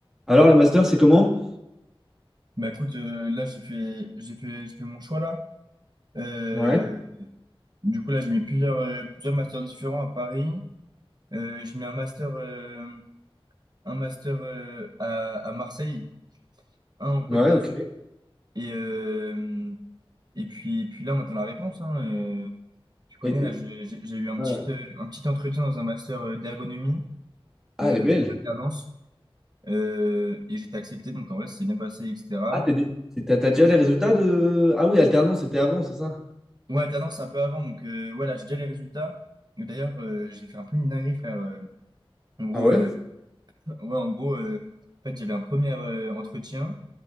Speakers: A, in the centre; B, on the right.
A: Alors, les masters, c'est comment?
B: Bah écoute, euh, là j'ai fait j'ai fait j'ai fait mon choix là. Euh,
A: Ouais,
B: du coup là j'ai mis plusieurs euh, plusieurs masters différents à Paris. Euh, j'ai mis un master euh, un master euh, à, à Marseille, un en Côte
A: ouais,
B: d'Azur
A: ok.
B: et euh, et puis puis là on attend la réponse hein. Euh, tu connais
A: Et-
B: là
A: et-
B: j'ai j'ai j'ai eu un
A: ouais.
B: petit euh, un petit entretien dans un master euh, d'ergonomie
A: Ah,
B: euh,
A: elle est belle.
B: pour l'alternance euh, et j'étais accepté donc en vrai c'est bien passé etc.
A: Ah, t'es dé- t'as t'as déjà les résultats de... Ah oui, alternance, c'était avant, c'est ça?
B: Ouais, Tendance, c'est un peu avant. Donc, euh, ouais, j'ai déjà les résultats. Et D'ailleurs, euh, j'ai fait un peu une dinguerie, frère. euh, en gros,
A: Ah ouais?
B: euh, <laughs> ouais, en gros euh, en fait, j'avais un premier euh, entretien